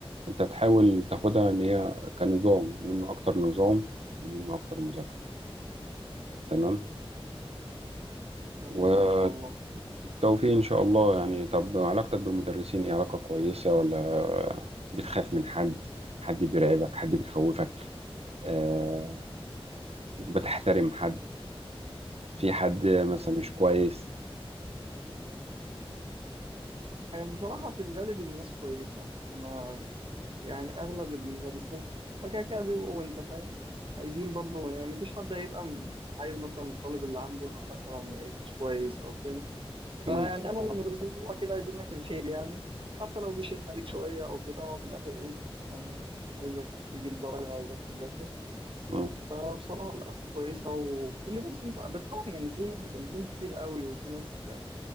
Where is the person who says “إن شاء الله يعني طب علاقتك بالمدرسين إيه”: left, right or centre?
Right